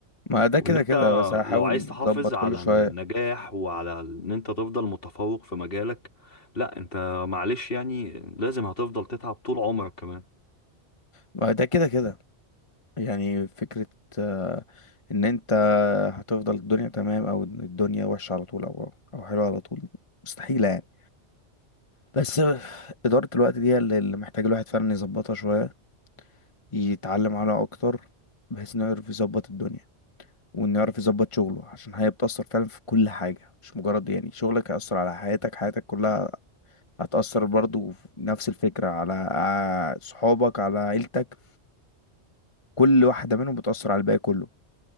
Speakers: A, on the left; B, on the left.
A: ما ده كده
B: وان انت
A: كده بس هحاول
B: لو عايز تحافظ
A: اظبط
B: على
A: كل شويه
B: النجاح وعلى ان انت تفضل متفوق في مجالك لا انت معلش يعني لازم هتفضل تتعب طول عمرك كمان
A: ما ده كده كده يعني فكرة آه، ان انت هتفضل الدنيا تمام او إن الدنيا وحشة على طول او او حلوة على طول مستحيلة يعني بس آه، إدارة الوقت دي اللي اللي محتاج الواحد فعلا يظبطها شوية يتعلم عليها اكتر بحيث انه يعرف يظبط الدنيا وانه يعرف يظبط شغله عشان هي بتأثر فعلا في كل حاجة مش مجرد يعني شغلك هيأثر على حياتك حياتك كلها هتأثر برضو في نفس الفكرة على آه، صحابك على عيلتك كل واحدة منهم بتأثر على الباقي كله